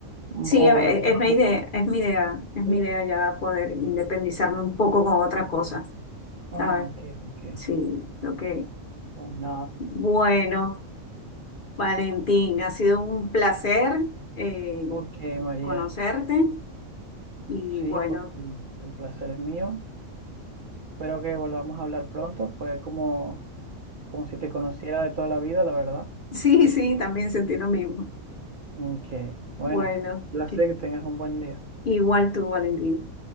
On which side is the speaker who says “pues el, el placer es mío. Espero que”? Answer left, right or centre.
Right